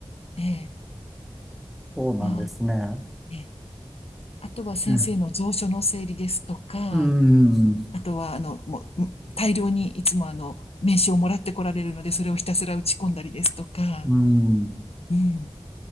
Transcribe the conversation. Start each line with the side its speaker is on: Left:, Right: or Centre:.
Left: ええ、
Centre: そうなんですね。
Left: ああ、ええ。あとは先生の蔵書の整理ですとか、
Centre: ええ、うーん、う
Left: あとは、あの、もう、大量にいつもあの、名刺をもらってこられるので、それをひたすら打ち込んだりですとか、
Centre: ーん。
Left: うん、